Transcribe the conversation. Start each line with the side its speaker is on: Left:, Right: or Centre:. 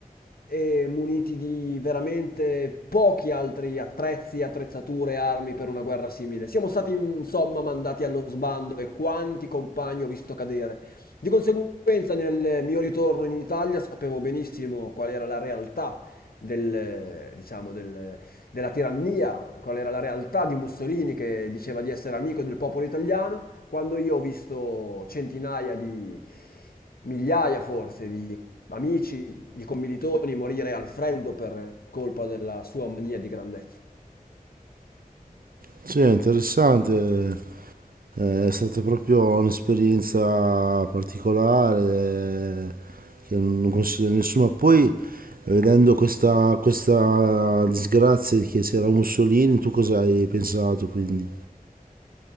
Left: e muniti di veramente pochi altri attrezzi, attrezzature, armi per una guerra simile. Siamo stati insomma mandati allo sbando e quanti compagni ho visto cadere. Di conseguenza, nel mio ritorno in Italia sapevo benissimo qual era la realtà del, diciamo, del- della tirannia, qual era la realtà di Mussolini che diceva di essere amico del popolo italiano, quando io ho visto centinaia di migliaia forse di amici di commilitoni morire al freddo per colpa della sua mania di grandezza.
Right: Sì, è interessante. Eh, È stata proprio un'esperienza particolare eh, che non consiglio a nessuno. Ma Poi, eh, vedendo questa, questa disgrazia che c'era Mussolini, tu cosa hai pensato quindi?